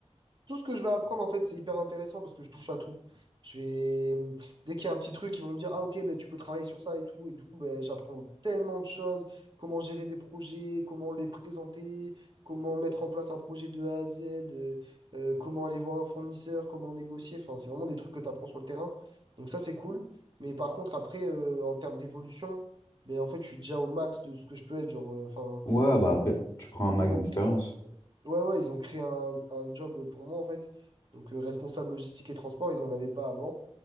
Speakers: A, on the right; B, on the left.
A: Tout ce que je vais apprendre, en fait, c'est hyper intéressant parce que je touche à tout. Je vais... hum, Dès qu'il y a un petit truc, ils vont me dire, ah ok, ben, tu peux travailler sur ça et tout. Et du coup, ben, j'apprends tellement de choses, comment gérer des projets, comment les présenter, comment mettre en place un projet de A à Z, euh, euh, comment aller voir un fournisseur, comment négocier. Enfin, c'est vraiment des trucs que tu apprends sur le terrain. Donc ça, c'est cool. Mais par contre, après, euh, en termes d'évolution, ben, en fait, je suis déjà au max de ce que je peux être. Genre, euh, enfin,
B: Ouais, bah après, tu prends un max
A: en-
B: d'expérience.
A: Ouais, ouais, ils ont créé un, un job pour moi, en fait. Donc, euh, responsable logistique et transport, ils n'en avaient pas avant.